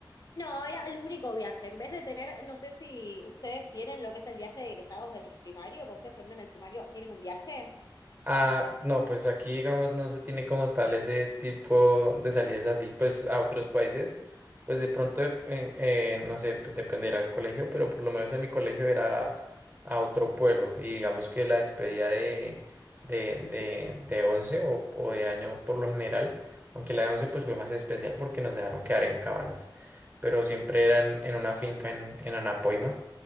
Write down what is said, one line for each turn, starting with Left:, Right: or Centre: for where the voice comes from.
Left: No, era el único viaje. En vez de tener, no sé si ustedes tienen lo que es el viaje de egresados del primario, cuando ustedes terminan el primario, ¿tienen un viaje?
Right: Ah, no, pues aquí, digamos, no se tiene como tal ese tipo de salidas así, pues a otros países, pues de pronto, dep- en- eh, no sé, pues, dependerá del colegio, pero por lo menos en mi colegio era a otro pueblo y digamos que la despedida de, de, de, de 11 o, o de año por lo general, aunque la de 11 pues fue más especial porque nos dejaron quedar en cabañas, pero siempre eran en una finca en, en Anapoima